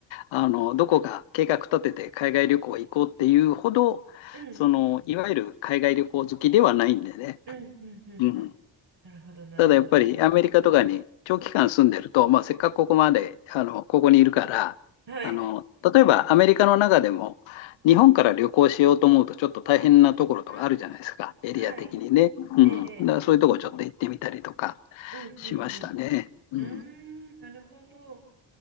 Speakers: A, on the left; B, on the right.
A: のどこか計画立てて海外旅行行こうっていうほどそのいわゆる海外旅行好きではないんでね、
B: うんうんうんうんうんなるほどなるほど
A: うんただやっぱりアメリカとかに長期間住んでると、まあ、せっかくここまで、あの、ここにいるから、
B: はい。
A: あの、例えばアメリカの中でも、日本から旅行しようと思うとちょっと大変なところとかあるじゃないですか、
B: あ
A: エリア的にね。
B: あ、はい。
A: うん。
B: ええ、ええ
A: だからそういうところちょっと行ってみたりとか
B: うんうん
A: しましたね。うん。
B: うん。うーん、なるほど。